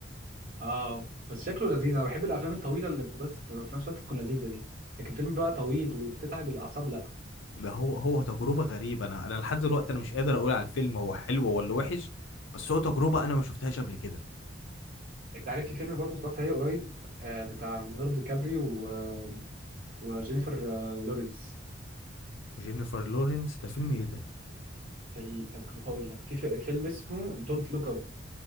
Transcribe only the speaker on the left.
ده هو هو تجربة غريبة انا انا لحد دلوقتي انا مش قادر اقول على الفيلم هو حلو ولا وحش بس هو تجربة انا ما شفتهاش قبل كده
وجينيفر لورنس ده فيلم ايه ده